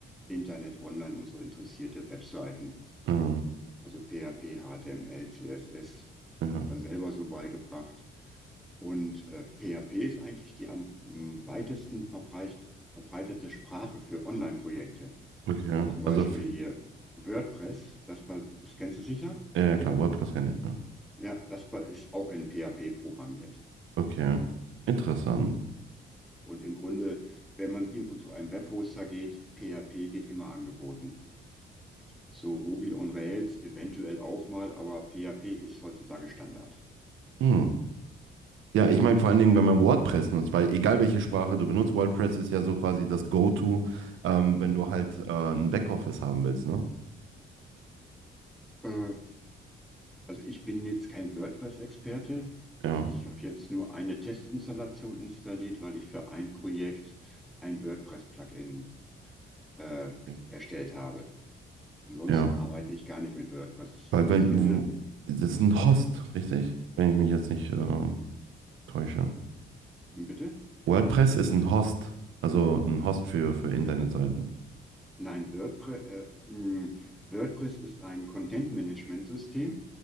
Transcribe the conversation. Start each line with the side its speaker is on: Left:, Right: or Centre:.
Centre: Internet, Online und so interessierte Webseiten,
Right: Mhm.
Centre: also PHP, HTML, CSS,
Right: Ja,
Centre: dann selber so beigebracht. Und äh, PHP ist eigentlich die am mm, weitesten verbreicht, verbreitete Sprache für Online-Projekte.
Right: okay.
Centre: Zum Beispiel
Right: Also, f-
Centre: hier WordPress, das, ba- das kennst du sicher,
Right: ja ja, klar,
Centre: oder?
Right: WordPress kenne ich, ja.
Centre: Ja, das ba- ist auch in PHP programmiert.
Right: Okay. Interessant.
Centre: Und, und im Grunde, wenn man irgendwo zu einem Webhoster geht, PHP wird immer angeboten. So Ruby on Rails eventuell auch mal, aber PHP ist heutzutage Standard.
Right: Hm. Ja, ich meine vor allen Dingen, wenn man WordPress nutzt, weil egal welche Sprache du benutzt, WordPress ist ja so quasi das Go-To, ähm, wenn du halt äh, ein Backoffice haben willst, ne?
Centre: Äh, Also ich bin jetzt kein WordPress-Experte.
Right: Ja,
Centre: Ich habe jetzt nur eine Testinstallation installiert, weil ich für ein Projekt ein WordPress-Plugin äh,
Right: ja.
Centre: erstellt habe. Ansonsten
Right: ja.
Centre: arbeite ich gar nicht mit WordPress.
Right: Weil, weil,
Centre: Ich finde,
Right: wo- das ist ein Host, richtig? Wenn ich mich jetzt nicht äh, täusche.
Centre: hm, bitte?
Right: WordPress ist ein Host, also ein
Centre: W-
Right: Host für, für Internetseiten.
Centre: Nein, WordPress, äh, mh, WordPress ist ein Content-Management-System,